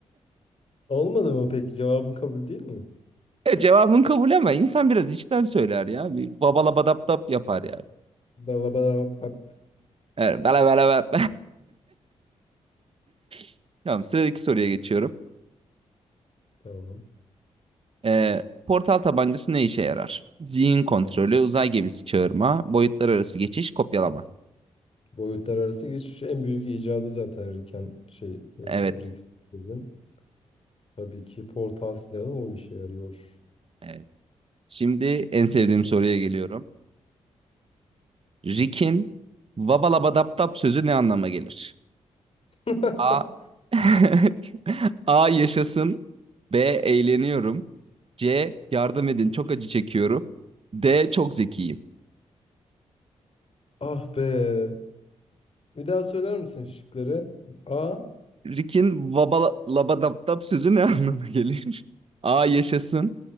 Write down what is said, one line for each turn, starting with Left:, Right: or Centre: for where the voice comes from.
Left: Olmadı mı peki? Cevabım kabul değil mi?
Right: E, cevabın kabul ama insan biraz içten söyler ya. Bir babala badap dap yapar yani.
Left: Dalla bala bap bap.
Right: Evet, bala bala bala. <laughs> Tamam sıradaki soruya geçiyorum.
Left: Tamam.
Right: E, portal tabancası ne işe yarar? Zihin kontrolü, uzay gemisi çağırma, boyutlar arası geçiş, kopyalama.
Left: Boyutlar arası geçiş en büyük icadı zaten Riken şey e,
Right: Evet.
Left: Rick Sanchez'in. Tabii ki portal silahı o işe yarıyor.
Right: Evet. Şimdi en sevdiğim soruya geliyorum. Rick'in babala badap dap sözü ne anlama gelir?
Left: <laughs>
Right: A. <laughs> A. Yaşasın. B. Eğleniyorum. C. Yardım edin çok acı çekiyorum. D. Çok zekiyim.
Left: Ah be. Bir daha söyler misin şıkları? A.
Right: Rick'in vaba labadaptap sözü ne anlama gelir? <laughs> A. Yaşasın.